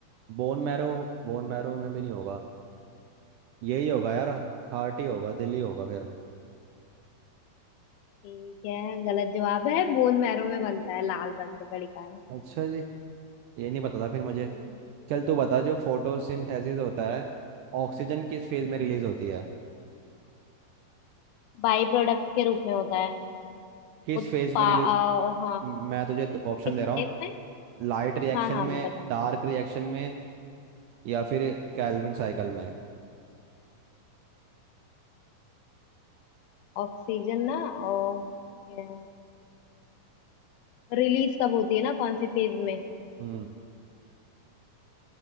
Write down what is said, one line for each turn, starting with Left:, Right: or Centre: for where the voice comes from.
Right: बोन मैरो बोन मैरो
Left: हम्म,
Right: में भी नहीं होगा यही होगा यार हार्ट ही होगा दिल ही होगा फिर
Left: ठीक है गलत जवाब है बोन मैरो में बनता है लाल रक्त कणिकाएं
Right: अच्छा जी ये नहीं पता था फिर मुझे
Left: हम्म
Right: चल तू बता जो फोटोसिंथेसिस
Left: हम्म,
Right: होता है ऑक्सीजन किस फेज में
Left: हम्म,
Right: रिलीज होती है
Left: बाई प्रोडक्ट के रूप में होता है
Right: किस
Left: उत्पा
Right: फेज में रिलीज
Left: आ, हाँ
Right: मैं तुझे ऑप्शन
Left: किस
Right: दे रहा हूँ
Left: इसमें
Right: लाइट रिएक्शन
Left: हाँ हाँ
Right: में
Left: बता
Right: डार्क रिएक्शन में या फिर कैल्विन
Left: हम्म,
Right: साइकिल में
Left: ऑक्सीजन ना और क्या रिलीज कब होती है ना कौन से फेज में
Right: हम्म